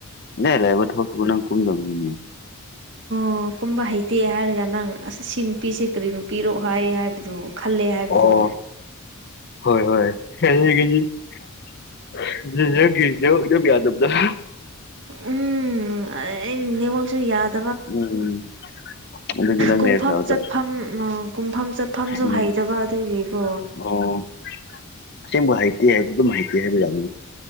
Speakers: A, on the left; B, on the right.
A: ꯏꯅꯥꯏ ꯂꯥꯏꯕ ꯊꯕꯛꯇꯨꯕꯨ ꯅꯪ ꯀꯨꯝꯗꯕꯅꯤꯅꯦ꯫
B: ꯑꯣ ꯀꯨꯝꯕ ꯍꯩꯇꯦ ꯍꯥꯏꯔꯒ ꯅꯪ ꯑꯁ ꯁꯤ ꯅꯨꯄꯤꯁꯦ ꯀꯔꯤ ꯅꯨꯄꯤꯔꯣ ꯍꯥꯏ ꯍꯥꯏꯕꯗꯣ ꯈꯜꯂꯦ ꯍꯥꯏꯕꯗꯣ
A: ꯑꯣ ꯍꯣꯏ ꯍꯣꯏ ꯀꯜꯂꯤ ꯒꯜꯂꯤ꯫ <unintelligible>
B: ꯎꯝ ꯑ ꯑꯩ ꯅꯦꯋꯥꯛꯁꯨ ꯌ꯭ꯥꯗ
A: ꯎꯝ ꯑꯗꯨꯒꯤ ꯅꯪ
B: ꯀꯨꯝꯐꯝ
A: ꯂꯩꯔꯁꯨꯗ
B: ꯆꯠꯐꯝ ꯀꯨꯝꯐꯝ ꯆꯠꯐꯝꯁꯨ
A: ꯎꯝ
B: ꯍꯩꯇꯕ ꯑꯗꯨꯒꯤꯀꯣ
A: ꯑꯣ ꯑꯁꯦꯡꯕ ꯍꯥꯏꯩꯇꯦ ꯑꯗꯨꯝ ꯍꯥꯏꯩꯇꯦ ꯍꯥꯏꯕ ꯌꯥꯏ꯫